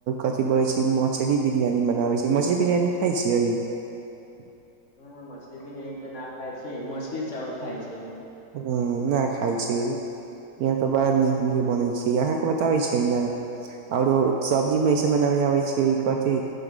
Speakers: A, on the right (about 70°); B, on the left (about 45°).
A: कथिी बोलै छी मछरी बिरियानी बना ले छीिय मछरी बिरियानी खााय छियै। <unintelligible>
B: हँ मछली भी नहि अ तऽ न खाय छै मछली चावउल खाय छै। <unintelligible>
A: ह नहि खााय छै यह तऽ बड़ा नीक नीक बनै छै अहाँके बताबै छै ने आओरो सब्जी मेस बनाबे आबै छै कथिी